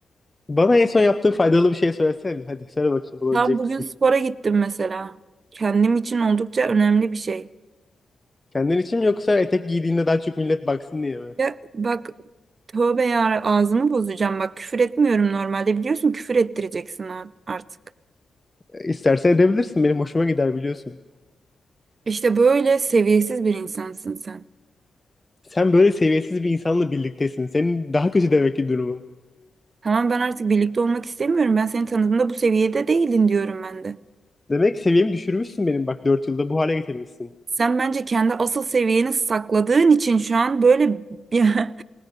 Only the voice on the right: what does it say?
Tam bugün
spora gittim mesela. Kendim için oldukça önemli bir şey.
Ya bak tövbe ya ağzımı bozacağım. Bak küfür etmiyorum normalde biliyorsun küfür ettireceksin a- artık.
İşte böyle seviyesiz bir insansın sen.
Tamam ben artık birlikte olmak istemiyorum. Ben seni tanıdığımda bu seviyede değildin diyorum ben de.
Sen bence kendi asıl seviyeni sakladığın için şu an böyle <laughs>